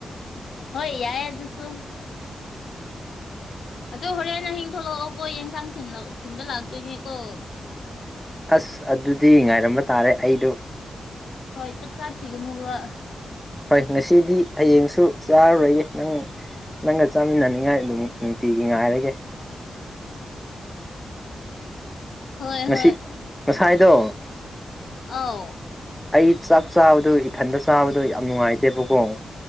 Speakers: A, on the left; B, in the centre.
A: ꯍꯣꯏ ꯌꯥꯏ ꯑꯗꯨꯁꯨ ꯑꯗꯣ ꯍꯣꯔꯦꯟꯍꯤꯡ ꯊꯣꯛꯂꯛꯑꯣꯀꯣ ꯌꯦꯟꯁꯥꯡ ꯊ ꯊꯤꯟꯕ ꯂꯥꯛꯇꯣꯏꯅꯦꯀꯣ
B: ꯑꯁ ꯑꯗꯨꯗꯤ ꯉꯥꯏꯔꯝꯕ ꯇꯥꯔꯦ ꯑꯩꯗꯣ
A: ꯍꯣꯏ ꯆꯥꯈꯤꯒꯅꯨꯕ
B: ꯍꯣꯏ ꯉꯁꯤꯗꯤ ꯍꯌꯦꯡꯁꯨ ꯆꯥꯔꯨꯔꯒꯦ ꯅꯪ ꯅꯪꯒ ꯆꯥꯃꯤꯟꯅꯅꯤꯡꯉꯥꯏ ꯑꯗꯨꯝ ꯅꯨꯡꯇꯤꯒꯤ ꯉꯥꯏꯔꯒꯦ
A: ꯍꯣꯏ
B: ꯉꯁꯤ
A: ꯍꯣꯏ
B: ꯉꯁꯥꯏꯗꯣ
A: ꯑꯧ
B: ꯑꯩ ꯆꯥꯛ ꯆꯥꯕꯗꯣ ꯏꯊꯟꯗ ꯆꯥꯕꯗ ꯑꯗꯣ ꯌꯥꯝ ꯅꯨꯡꯉꯥꯏꯇꯦꯕꯀꯣ